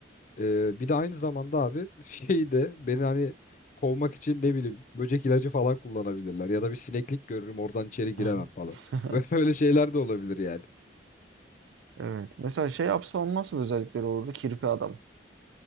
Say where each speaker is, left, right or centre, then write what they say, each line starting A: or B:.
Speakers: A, on the left; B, on the right.
A: Ee, bir de aynı zamanda abi <laughs> şeyi de beni hani kovmak için ne bileyim böcek ilacı falan kullanabilirler ya da bir sineklik görürüm oradan içeri giremem
B: Aha.
A: falan.
B: <laughs>
A: <laughs> Böyle öyle şeyler de olabilir yani.
B: Evet. Mesela şey yapsa onun nasıl bir özellikleri olurdu? Kirpi adam.